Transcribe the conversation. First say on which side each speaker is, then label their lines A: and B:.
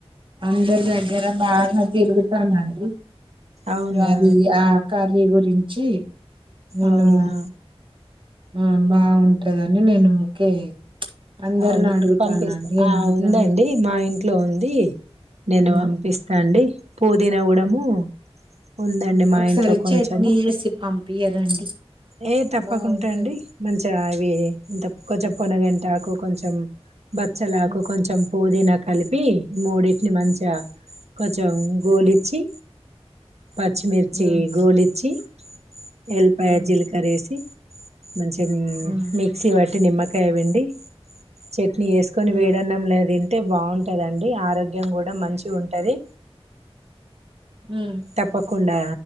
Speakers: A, on the right (about 50°); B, on the right (about 85°).
A: అందరి దగ్గర బాగా తిరుగుతానండి
B: అవునా
A: ఇగ అది ఆ కాద్ మీ గురించి నేను
B: అవునా
A: ఆ బాగుంటదండి నేను ఓకే అందరిని
B: అవును
A: అడుగుతానండి
B: పంపిస్తా ఆ
A: అడుగుతాను
B: ఉందండి మా ఇన్ ఇంట్లో ఉంది నేను
A: ఉమ్
B: పంపిస్తా అండి పుదినా కుడము
A: ఉమ్.
B: ఉందండి మా
A: ఒకసారి
B: ఇంట్లో కొంచము
A: చట్నీ చేసి పంపియరండి
B: ఏ తప్పకుండా
A: బాగుంటది
B: అండి మంచిగా అవి ఇ తపుకూ కొంచెం పోనగంటి ఆకు కొంచెం బచ్చలాకు
A: ఉమ్
B: కొంచెం పుదీనా కలిపి మూడింటిని మంచిగా కొంచెం గోలిచ్చి పచ్చిమిర్చి
A: ఉమ్
B: గోలిచ్చి ఎల్పాయ
A: ఉమ్
B: జీలకర్ర అసి మంచి
A: ఉమ్
B: మిక్సీ పట్టి నిమ్మకాయపిండి చెక్ వేసుకొని
A: ఉమ్
B: వేడన్నాం తింటే అ బాగుం దండి ఆరోగ్యం కూడా మంచి ఉంటది
A: ఉమ్
B: తప్పకుండా